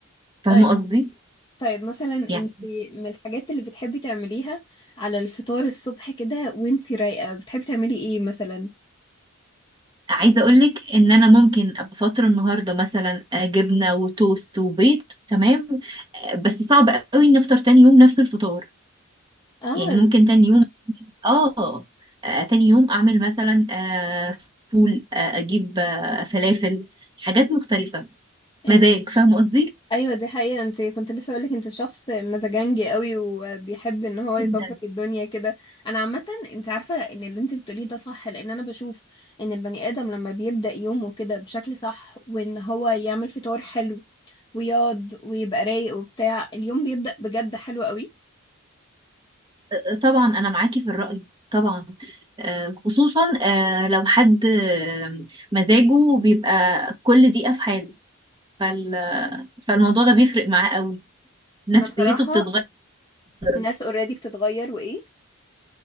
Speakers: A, on the right; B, on the left.
A: فاهمه
B: طيب
A: قصدي
B: طيب مثلا انت
A: يعني
B: من الحاجات اللي بتحبي تعمليها على الفطار الصبح كده وانت رايقة بتحبي تعملي ايه مثلا
A: عايزه اقولك ان انا ممكن ابقى فاطره النهارده مثلا آه، جبنه وتوست وبيض تمام آه، بس صعب قوي ان افطر تاني يوم نفس الفطار
B: اه
A: يعني ممكن تاني يوم اه آه، تاني يوم اعمل مثلا آه، فول آه، اجيب آه، فلافل حاجات مختلفه
B: انت
A: مزاج فاهمه قصدي
B: ايوه دي حقيقة انت كنت لسه اقولك انت شخص مزاجنجي قوي وبيحب ان هو يظبط
A: جدا
B: الدنيا كده انا عامة انت عارفة ان اللي انت بتقوليه ده صح لان انا بشوف ان البني ادم لما بيبدأ يومه كده بشكل صح وان هو يعمل فطار حلو ويقعد ويبقى رايق وبتاع اليوم بيبدأ بجد حلو قوي
A: آه، طبعا انا معاكي في الرأي طبعا آه، خصوصا آه، لو حد آه، مزاجه بيبقى كل دقيقه في حاله فال- فالموضوع ده بيفرق معاه قوي نفسيته
B: انا بصراحة
A: بتتغير درجة.
B: ناس اوريدي بتتغير وايه